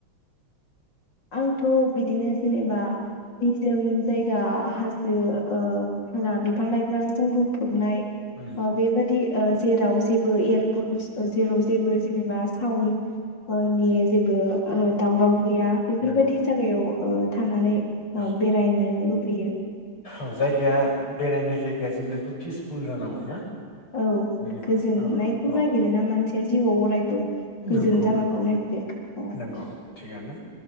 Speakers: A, on the left; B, on the left.
A: आं थ बिदिनो जेनेबा निजोम जायगा हाजो ओ हाला बिफां लाइफांजों बुंफ नाय
B: उम
A: ओ बेबायदि ओ जेराव जेबो एयारपलस जेराव जेबो जेनेबा साउन्द ओनि जेबो दावराव गैया बेफोरबायदि
B: नंगौ
A: जागायाव ओ थांनानै अ
B: औ
A: बेरायनो लु बोयो
B: औ जायगाया बेरायनाय जायगाया जेब्लायबो पिसफुल जानांगौ ना
A: औ
B: जेनेबा
A: गोजोननायखौ
B: औ औ
A: नागिरोना मानसिया जिउआव अरायबो गोजोन
B: नंगौ
A: जायगाखौ
B: नंगौ
A: नागिरो औ
B: नंगौ थिगानो